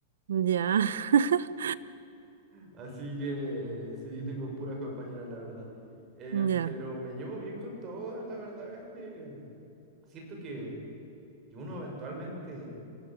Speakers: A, on the right; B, on the right.
A: Ya. <laughs>
B: Así que eh, sí, tengo puras compañeras, la verdad. Em,
A: Ya.
B: pero me llevo bien con todas, la verdad es que siento que, que uno eventualmente